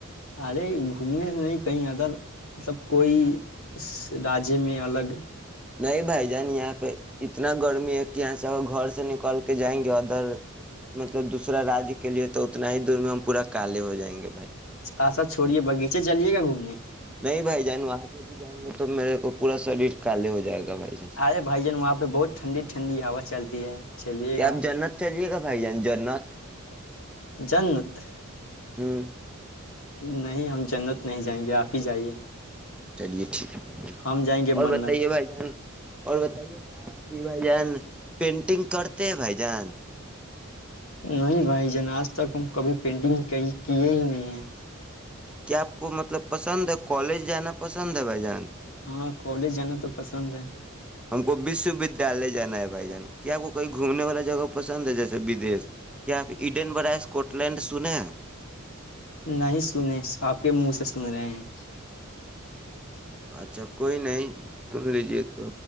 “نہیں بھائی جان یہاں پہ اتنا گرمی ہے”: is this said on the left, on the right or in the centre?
Centre